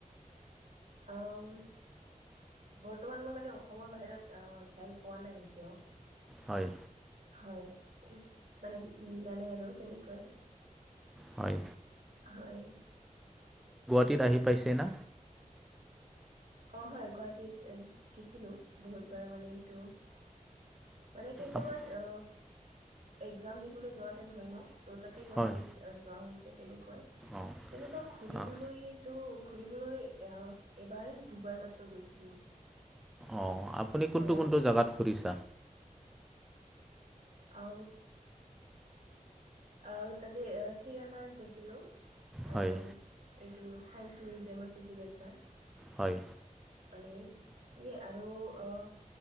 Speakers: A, on the right; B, in the centre.
A: আহ বৰ্তমান মই মানে অসমৰ বাহিৰত আহ যাই পোৱা নাই এতিয়াও।
B: হয়
A: হয় মানে মিলা নাই আৰু তেনেকুৱাই।
B: হয়।
A: হয়।
B: তিতা আহি পাইছে না।
A: অ হয় গুৱাহাটীত গিছিলো বহুতবাৰ মানে হেইটো। মানে কেইটামান
B: আপ-
A: অ একজাম দিবলৈ যোৱা যেন হয় ন। ত তাতে গুৱাহাটীত
B: হয়
A: যোৱা হৈছে। কেনেকৈ
B: অঁ
A: তেনেকুৱা ঘুৰিবলৈ।
B: অঁ
A: ত' ঘুৰিবলৈ আহ এবাৰ দুবাৰ মাত্ৰ গৈছিলো।
B: অ আপুনি
A: তাৰ
B: কোনটো কোনটো জেগাত ঘুৰিছে।
A: অ অ তাতে চিৰিয়াখানাত গৈছিলো
B: হয়
A: আৰু। টো চাইন্স মিউজিয়ামত গৈছিলো একবাৰ।
B: হয়।
A: মানে সেয়ে আৰু আহ।